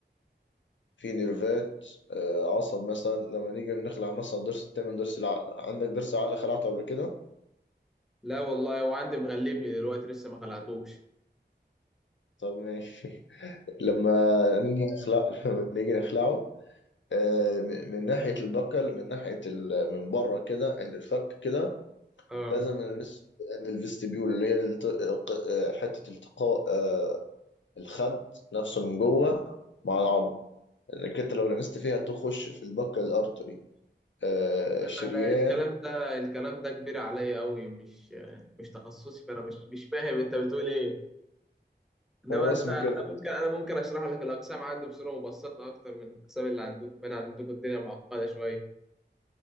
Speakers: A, on the left; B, in the centre.
A: في نيرفات آه، عصب مثلا لما نيجي بنخلع مثلا ضرس التامن ضرس العقل عندك ضرس العقل خلعته قبل كده؟
B: لا والله هو عندي مغلبني دلوقتي لسه ما خلعتوش
A: طب ماشي لما نيجي نخلع <laughs> لما نيجي نخلعه آه، م- من ناحية البكل من ناحية ال... من بره كده عند الفك كده
B: اه
A: لازم نلمس عند الفيستبيول اللي هي الت... ق- آه، حتة التقاء آه، الخد نفسه من جوه مع العظم لأنك أنت لو لمست فيها تخش في البكل الأرتري آه،
B: انا
A: شريان
B: ده الكلام ده الكلام ده كبير عليا قوي مش مش تخصصي فانا مش مش فاهم انت بتقول ايه انما
A: هو
B: انت
A: اسمه
B: انا
A: كده
B: ممكن انا ممكن اشرح لك الاقسام عندي بصوره مبسطه اكتر من الاقسام اللي عندكم انا عندكم الدنيا معقده شويه